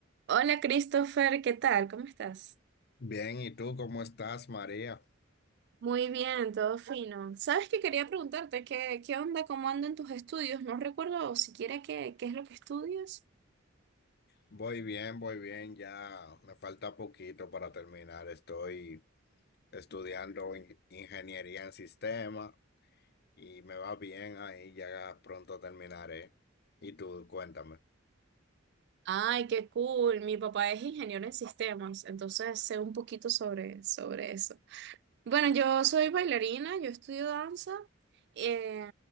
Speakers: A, on the right (about 55°); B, on the left (about 55°).
A: Hola Christopher, ¿qué tal? ¿Cómo estás?
B: Bien, ¿y tú cómo estás, María?
A: Muy bien, todo fino. ¿Sabes qué quería preguntarte? ¿Qué, qué onda? ¿Cómo andan tus estudios? No recuerdo siquiera qué, qué es lo que estudias.
B: Voy bien, voy bien, ya me falta poquito para terminar. Estoy estudiando in- ingeniería en sistemas y me va bien ahí, ya pronto terminaré. Y tú, cuéntame.
A: Ay, qué cool. Mi papá es ingeniero en sistemas, entonces sé un poquito sobre, sobre eso. Bueno, yo soy bailarina, yo estudio danza eh,